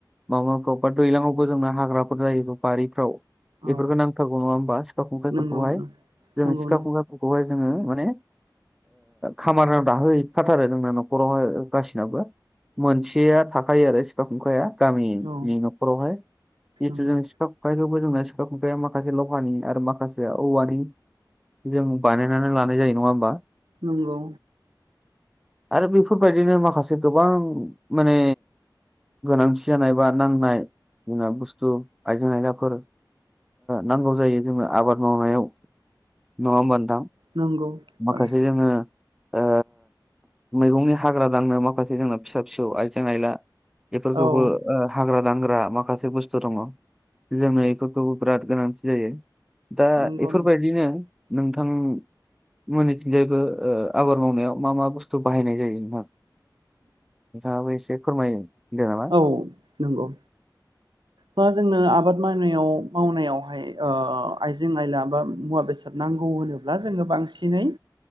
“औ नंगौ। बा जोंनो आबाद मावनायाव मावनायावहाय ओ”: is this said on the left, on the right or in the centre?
Right